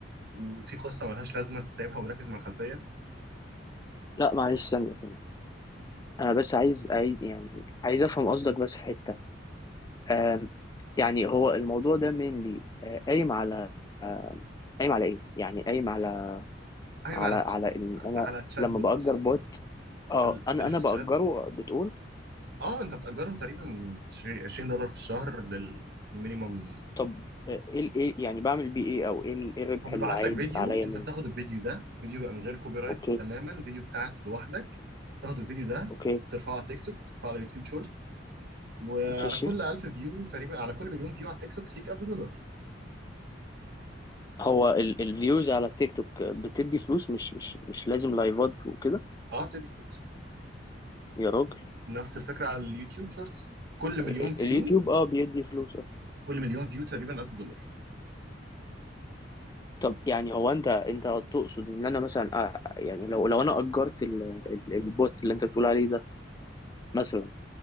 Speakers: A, on the right; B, on the left.
A: وفي قصه ملهاش لازمه تسيبها ومركز مع الخلفيه
B: لا معلش ثانية ثانية انا بس عايز عايز يعني عايز افهم قصدك بس في حتة آم، يعني هو الموضوع ده mainly آه، قايم على قايم على ايه يعني قايم على
A: قايم
B: على
A: على
B: على ان انا
A: على تشات
B: لما
A: بوت
B: باجر بوت اه
A: ال-
B: انا
A: التشات
B: انا باجره بتقول
A: اه انت بتأجره تقريبا 20 دولار في الشهر للمينيمم
B: طب آه، ايه ال- ايه يعني بعمل بيه ايه او ايه ال- إيه الربح
A: هو بيبعت
B: اللي عايد
A: لك فيديو
B: عليا
A: انت
B: منه
A: بتاخد الفيديو ده فيديو بقى من غير كوبي رايتس
B: اوكي
A: تماما فيديو بتاعك لوحدك تاخد الفيديو ده
B: اوكي
A: ترفعه على تيك توك ترفعه على يوتيوب شورتس وعلى
B: ماشي
A: كل 1000 فيو تقريبا على كل مليون فيو على تيك توك ليك 1000 دولار
B: هو الفيوز على التيك توك بتدي فلوس مش مش مش لازم لايفات وكده
A: اه بتدي فلوس
B: يا راجل
A: نفس الفكرة على اليوتيوب شورتس كل مليون
B: آه،
A: فيو
B: اليوتيوب اه بيدي فلوس اه
A: كل مليون فيو تقريبا 1000 دولار
B: طب يعني هو انت انت تقصد ان انا مثلا آه، يعني لو لو انا اجرت ال- ال- البوت اللي انت بتقول عليه ده مثلا